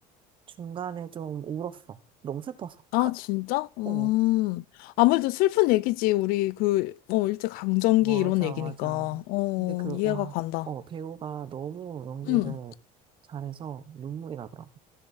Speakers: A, on the right (about 30°); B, on the left (about 65°).
A: 중간에 좀 울었어. 너무 슬퍼서.
B: 아,
A: <laughs>
B: 진짜? 음,
A: 어,
B: 아무래도 슬픈 얘기지. 우리 그, 어, 일제강점기
A: 맞아,
B: 이런 얘기니까.
A: 맞아.
B: 어,
A: 근데 그,
B: 이해가
A: 와,
B: 간다.
A: 어, 배우가 너무 연기를
B: 음,
A: 잘해서 눈물이 나더라고.